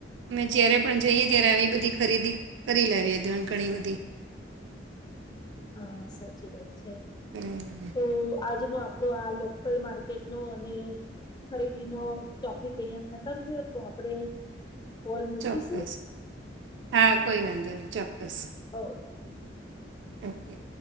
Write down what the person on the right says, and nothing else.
અમે જ્યારે પણ જઈએ ત્યારે આવી બધી ખરીદી કરી લાવવીએ ઘણી બધી
બરાબર.
ચોક્કસ હા કોઈ વાંધો નહી ચોક્કસ.
ઓકે.